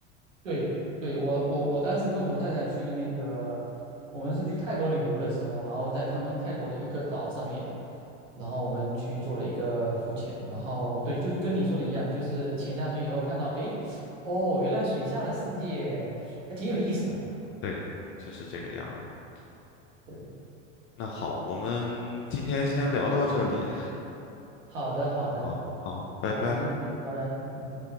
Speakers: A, on the right; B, on the left.
A: 对对，我我我当时跟我太太去那个，我们是去泰国旅游的时候，然后在他们泰国的一个岛上面，然后我们去做了一个浮潜，然后对，就是跟你说的一样，就是潜下去以后看到，哎，哦，原来水下的世界还挺有意思的。
B: 对，就是这个样儿的。
A: 对，
B: 那好，我们今天先聊到这里。
A: 嗯，好的好的，
B: 好，好，拜拜。
A: 好，行，谢谢，拜拜。嗯。